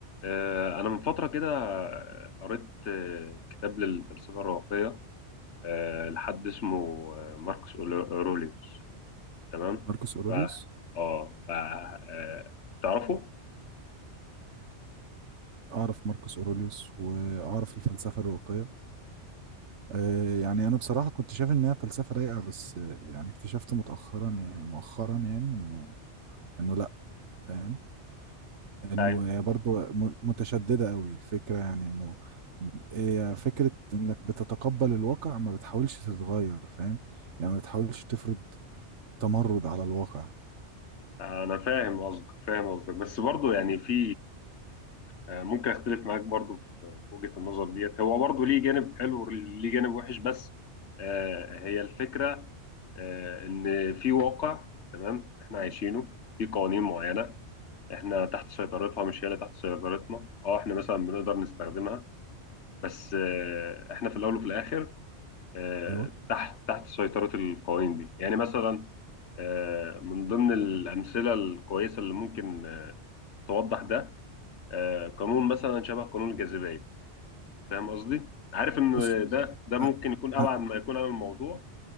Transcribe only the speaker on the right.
ماركوس اوروليوس
اعرف ماركوس اوروليوس واعرف الفلسفه الرواقيه أه يعني انا بصراحه كنت شايف انها فلسفه رايقه بس آه، يعني اكتشفت مؤخرا يعني مؤخرا يعني انه انه لا فاهم انه
هي برضه م- متشدده قوي الفكره يعني انه هي فكره انك بتتقبل الواقع ما بتحاولش تتغير فاهم يعني ما بتحاولش تفرض تمرد على الواقع
ايوه
بص
أ-
أ-